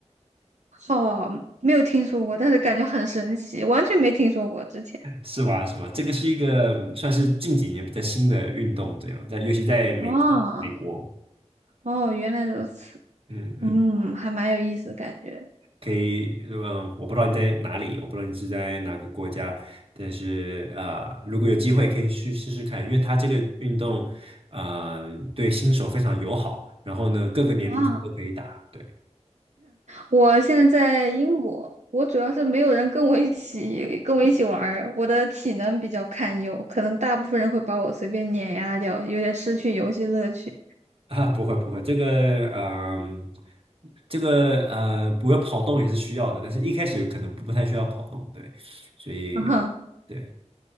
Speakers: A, on the right; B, on the right.
A: 好，没有听说过，但是感觉很神奇，完全没听说过之前。
B: 是吧？什么？这个是一个嗯算是近几年比较新的运动，这样在尤其在美洲、
A: 哦
B: 美国，
A: 哦，原来如此，
B: 嗯嗯。
A: 嗯，还蛮有意思的感觉
B: 可以，嗯，我不知道你在哪里，我不知道你是在哪个国家，但是啊，如果有机会可以去试试看，因为它这个运动，呃，对新手非常友好，然后呢，各个年龄层都可以打，
A: 啊。
B: 对
A: 我现在在英国，我主要是没有人跟我一起跟我一起玩儿，我的体能比较堪忧，可能大部分人会把我随便碾压掉，有点失去游戏乐趣。
B: 啊，<laughs> 不会不会，这个嗯、这个呃，不会跑动也是需要的，但是一开始可能不不太需要跑动，对，所以
A: <laughs>
B: 对，